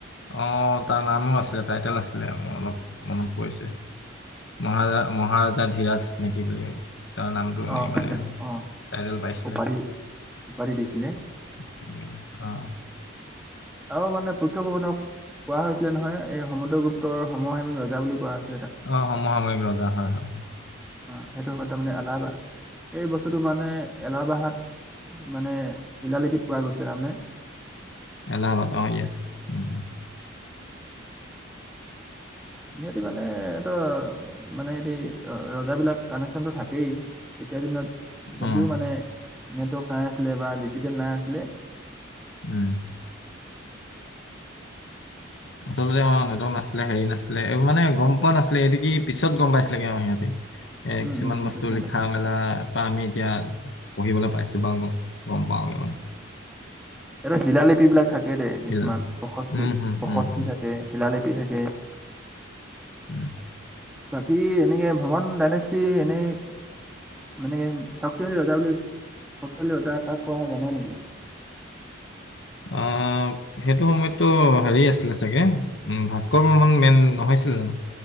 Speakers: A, on the left; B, in the centre.
A: অঁ তাৰ নামো আছিলে টাইটেল আছিলে, মোৰ অলপ মনত পৰিছে। মহাৰা মহাৰাজা ধীৰাজ নে কি বুলি। তাৰ নামটো
B: অ
A: এনেই
B: তাইটেল
A: মানে টাইটেল
B: অ
A: পাইছিলে।
B: উপাধি উপাধি দিছিলে।
A: <unintelligible> অঁ।
B: আৰু মানে পুষ্য বৰ্মনক কোৱা হৈছিলে নহয়, এই সমুদ্ৰগুপ্তৰ সমসামিক ৰজা বুলি কোৱা <unintelligible>
A: অ সমসাময়িক ৰজা হয় হয়
B: অ সেইটো সময়ত তাৰমানে আলাবা এই বস্তুটো মানে এলাবাহাত মানে শিলালিপিত পোৱা গৈছিলে তাৰমানে।
A: এলাহবাদ অঁ য়েছ, উম উম।
B: সিহঁতি মানে এটোৰ মানে সিতি ৰজা বিলাক কানেকচনটো থাকেই। তেতিয়াৰ দিনত যদিও
A: অঁ
B: মানে নেটৱৰ্ক নাই আছিলে বা ডিজিটেল নাই আছিলে
A: উম। আচলতে অ নেটৱৰ্ক নাছিলে হেৰি নাছিলে, এইবোৰ মানে গম পোৱা নাছিলে এইটো কি পিছত গম পাইছিলেগে আৰু সিহঁতে। এ
B: উম
A: কিছুমান
B: উম পিছত
A: বস্তু
B: গম
A: লিখা
B: পাইছো
A: মেলাৰ পৰা আমি এতিয়া পঢ়িবলে পাইছো বা গম পাওঁ।
B: এতিয়া শিলালিপি বিলাক থাক থাকে দে কিছুমান
A: ইল-
B: প্ৰসসি
A: উম, হুম,
B: প্ৰসস্তি
A: উম, উম,
B: থাকে শিলালিপি থাকে।
A: উম।
B: বাকী এনেকে ভ্মণ ডাইনেষ্টি এনেই মানে শক্তিশালী ৰজা বুলি, শক্তিশালী ৰজা কাক কোৱা হয় জানা নেকি?
A: অঁ সেইটো সময়তো হেৰি আছিলে চাগে, উম ভাস্কৰ বৰ্মন মেইন নহয়ছিলে জানো?